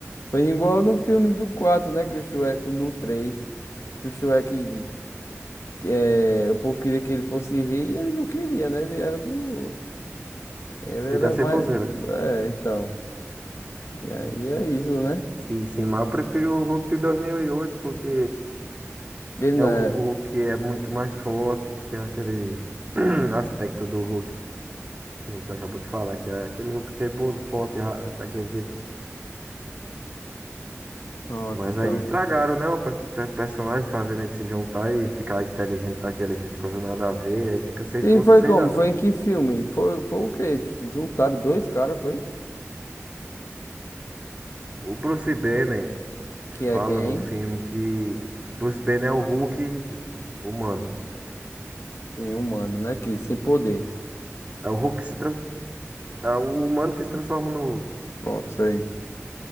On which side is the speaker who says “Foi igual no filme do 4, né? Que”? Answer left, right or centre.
Left